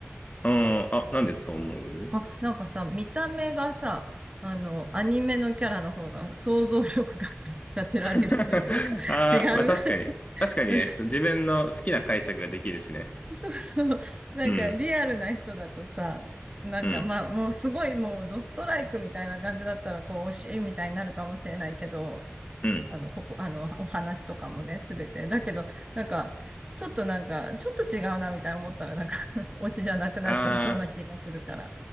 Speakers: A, on the left; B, on the right.
A: うん。あ、なんでそう思う
B: あ、なんかさ、見た目がさ、あの、アニメのキャラの方が想像力が <laughs> 立てられるというか、
A: <laughs> ああ、
B: 違う
A: まあ確かに。
B: <laughs>
A: 確かにね、その自分の好きな解釈ができるしね。
B: <laughs> そうそう。なんかリアルな人だとさ、
A: うん、
B: なんかまあもうすごいもうドストライクみたいな感じだったらこう惜しいみたいになるかもしれないけど、
A: うん、うん。
B: あの、ここ、あの、お話とかもね、すべて。だけど、なんか、ちょっとなんか、ちょっと違うなみたいな思ったらなんか <laughs> 推しじゃなくなっちゃいそうな気がするから、
A: ああ、